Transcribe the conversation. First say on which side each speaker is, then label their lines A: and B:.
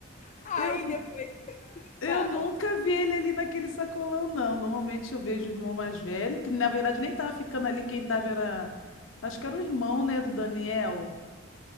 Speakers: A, on the left; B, on the left.
A: Aí
B: Eu,
A: depois eu
B: eu
A: falo.
B: nunca vi ele ali naquele sacolão, não. Normalmente eu vejo o irmão mais velho, que na verdade nem tava ficando ali, quem tava era. Acho que era o irmão, né, do Daniel.